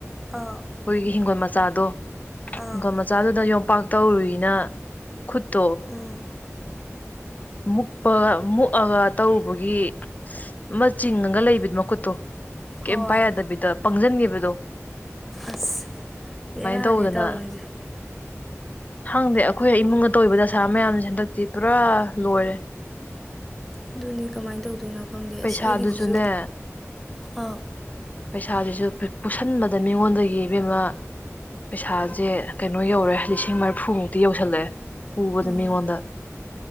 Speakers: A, in the centre; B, on the left.
A: ꯑꯥ
B: ꯑꯩꯈꯣꯏꯒꯤ ꯍꯤꯡꯒꯣꯜ ꯃꯆꯥꯗꯣ
A: ꯑꯥ
B: ꯒꯣꯜ ꯃꯆꯥꯗꯨꯗ ꯌꯣꯝꯄꯥꯛ ꯇꯧꯔꯨꯏꯅ ꯈꯨꯠꯇꯣ
A: ꯎꯝ <inaudible>
B: ꯃꯨꯛꯄ ꯃꯨꯛꯑꯒ ꯇꯔꯨꯕꯒꯤ ꯑꯃ ꯆꯤꯡꯉꯒ ꯂꯩꯕꯤ ꯃꯈꯨꯠꯇꯣ
A: ꯍꯣꯏ
B: ꯀꯩꯝ ꯄꯥꯏ ꯌꯥꯗꯕꯤꯗ ꯄꯪꯁꯟꯒꯤꯕꯗꯣ
A: ꯑꯁ ꯕꯦꯔꯥꯅꯦ
B: ꯇꯧꯗꯅ
A: ꯇꯧꯔꯤꯁꯦ
B: ꯈꯪꯗꯦ ꯑꯩꯈꯣꯏ ꯏꯃꯨꯡꯗ ꯇꯧꯔꯤꯕ ꯗꯁꯥ ꯃꯌꯥꯝꯁꯦ ꯍꯟꯗꯛꯇꯤ ꯄꯨꯔꯥ ꯂꯣꯏꯔꯦ
A: ꯑꯗꯨꯅꯦ ꯀꯃꯥꯏꯟ ꯇꯧꯗꯣꯏꯅꯣ ꯈꯪꯗꯦ
B: ꯄꯩꯁꯥꯗꯨꯁꯨꯅꯦ
A: ꯑꯁ ꯑꯩꯒꯤꯗꯨꯁꯨ ꯑꯥꯎ
B: ꯄꯩꯁꯥꯁꯤꯁꯨ ꯄꯨꯁꯟꯕꯗ ꯃꯤꯉꯣꯟꯗꯒꯤ ꯏꯕꯦꯝꯃ ꯄꯩꯁꯥꯁꯦ ꯀꯩꯅꯣ ꯌꯧꯔꯦ ꯂꯤꯁꯤꯡ ꯃꯔꯐꯨꯃꯨꯛꯇꯤ ꯌꯧꯁꯜꯂꯛꯑꯦ ꯄꯨꯕꯗ
A: ꯑꯥ
B: ꯃꯤꯉꯣꯟꯗ